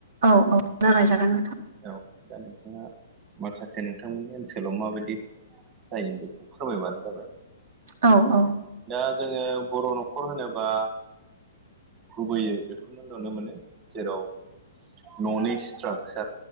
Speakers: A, on the right (about 70°); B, on the right (about 30°).
A: औ औ जागाय जागोन नोंथां
B: औ दा नोंथाङा माखासे नोंथांमोननि ओनसोलाव माबायदि जायो बेखौ फोरमायबानो जाबाय
A: औ औ
B: दा जोंङो बर' नखर होनोबा गुबैयै बेखौनो नुनो मोनो जेराव न'नि स्ट्राकचार